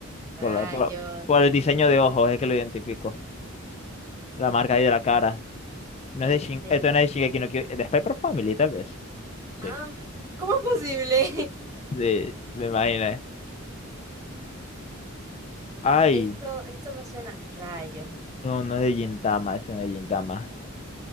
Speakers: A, on the right; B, on the left.
A: Rayos.
B: Por, la- por la- por el diseño de ojos es que lo identifico. La marca ahí de la cara. No
A: Este.
B: es de Shin, esto no es de Shingeki no Kyojin, de Spy x Family, tal vez. Sí,
A: am, ¿Cómo es posible?
B: sí, me imaginé. Ay,
A: <laughs> esto, esto me suena. Rayos.
B: no, no es de Gintama, esto no es de Gintama.